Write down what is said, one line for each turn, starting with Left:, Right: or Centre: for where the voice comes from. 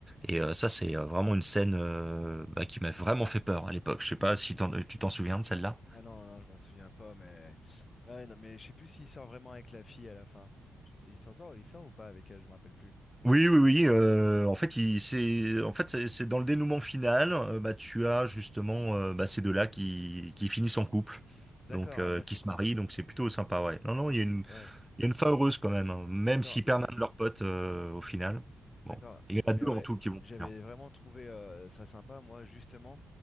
Centre: Et euh, ça, c'est euh, vraiment une scène euh, bah, qui m'a vraiment fait peur à l'époque. Je sais pas si t'en- tu t'en souviens de celle-là.
Left: Ah non, non, je m'en souviens pas, mais. Ouais, non, mais je sais plus s'il sort vraiment avec la fille à la fin. Je- Il s'en sort, il sort ou pas avec elle, je me rappelle plus.
Centre: Oui, oui, oui. euh, en fait, il, c'est, en fait, c'est c'est dans le dénouement final. euh, bah, tu as justement euh, bah, ces deux-là qui, qui finissent en couple,
Left: D'accord,
Centre: donc euh,
Left: ah bah
Centre: qui
Left: c'est
Centre: se
Left: cool.
Centre: marient. Donc c'est plutôt sympa, ouais. Non, non,
Left: Mais
Centre: il
Left: si,
Centre: y a une,
Left: ouais,
Centre: il y a une fin heureuse quand même, hein, même
Left: d'accord,
Centre: s'ils perdent un de leurs potes euh, au final. Bon,
Left: d'accord.
Centre: il y en a
Left: Mais
Centre: deux
Left: ouais,
Centre: en tout qui
Left: j'avais
Centre: vont. mourir.
Left: vraiment trouvé euh, ça sympa, moi, justement,